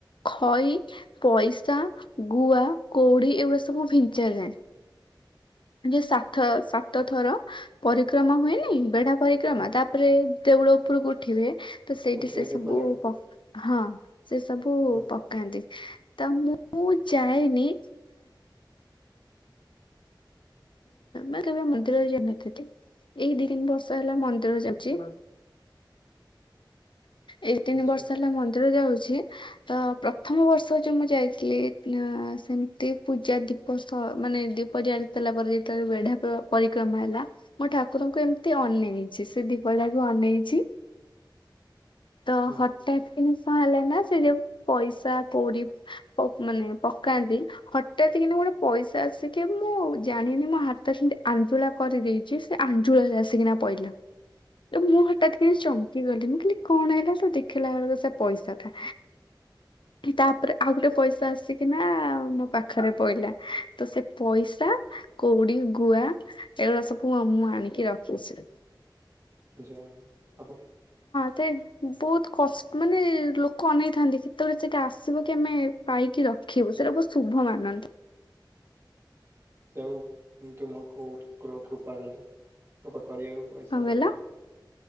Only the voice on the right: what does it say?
ହୁଁ
ଉଠିବ
ଦୀପ
ଜାଳିବ
ହୁଁ
ଆଚ୍ଛା
ହୁଁ
ଯା ହୋଉ ଆପ
ସେଉ ତୁମ ଠାକୁର କୃପା କଲେ କୃପା କରିବାରୁ ପଇସା
ଦେଲେ